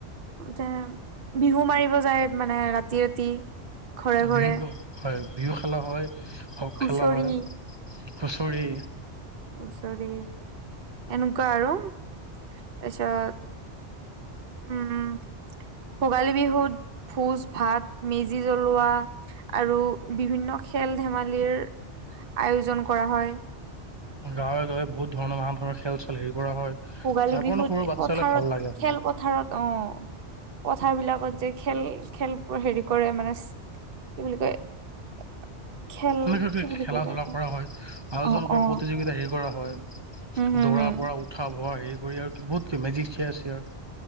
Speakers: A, on the right; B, on the right.
A: যেনে। বিহু মাৰিব যায় মানে ৰাতি-ৰাতি, ঘৰে-ঘৰে।
B: বিহু হয় বিহু খেলা হয়, হঁক
A: হুঁচৰি
B: খেলা হয়, হুচৰি।
A: হুচৰি, এনেকুৱা আৰু তাৰপিছত। উম', -উম', ভোগালী বিহুত ভোজ-ভাত, মেজি জ্বলোৱা। আৰু বিভিন্ন খেল-ধেমালিৰ আয়োজন কৰা হয়।
B: গাঁৱে-গাঁৱে বহুত ধৰণৰ নানা ধৰণৰ খেল-চেল হেৰি কৰা হয়।
A: ভোগালী
B: যাৰ
A: বিহুত
B: পৰা সৰু
A: এ
B: বাচ্ছালে
A: পথাৰত
B: ভাল লাগে মানে
A: খেল পথাৰত অহ',। পথাৰ বিলাকত যে খেল-খেল বোৰ হেৰি কৰে মানে কি বুলি কয়। <inaudible>
B: তেনেকৈ
A: কি বুলি
B: খেলা
A: কয়
B: ধূলা
A: এটা
B: কৰা হয় আয়োজন
A: অ
B: কৰা
A: অ
B: প্ৰতিযোগিতা হেৰি কৰা হয়।
A: হম হম
B: দৌৰাৰ
A: হম
B: পৰা উঠা বহা হেৰি কৰি আৰু বহুত মেজিক চিয়াৰ চিয়াৰ